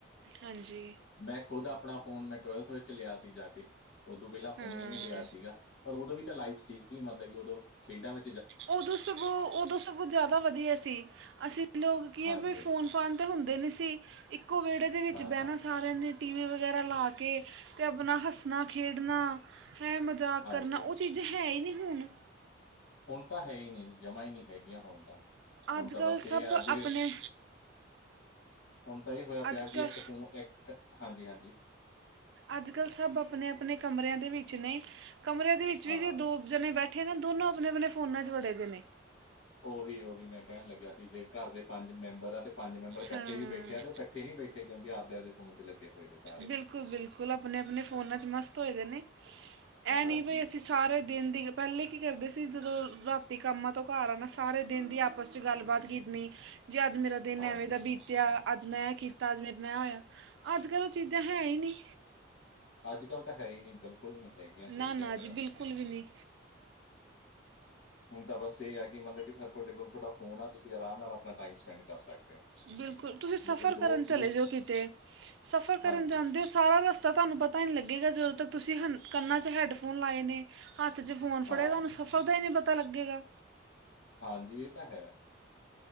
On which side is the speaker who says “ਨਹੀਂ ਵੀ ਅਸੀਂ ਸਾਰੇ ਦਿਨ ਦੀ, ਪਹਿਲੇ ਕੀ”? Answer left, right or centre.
Right